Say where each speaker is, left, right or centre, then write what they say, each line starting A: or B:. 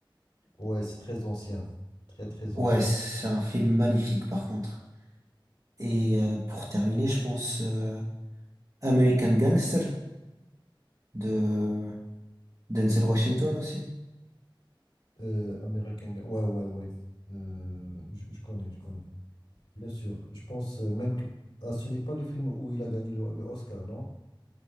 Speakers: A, on the left (about 90°); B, on the right (about 40°).
A: Ouais, c'est très ancien, très très ancien.
B: Ouais, c'est un film magnifique par contre. Et euh, pour terminer, je pense euh, American Gangster de Denzel Washington aussi.
A: Euh, American Ga- ouais, ouais, ouais. Euh, je, je connais, je connais. Bien sûr, je pense euh, même que ah, ce n'est pas le film où il a gagné le, le Oscar, non?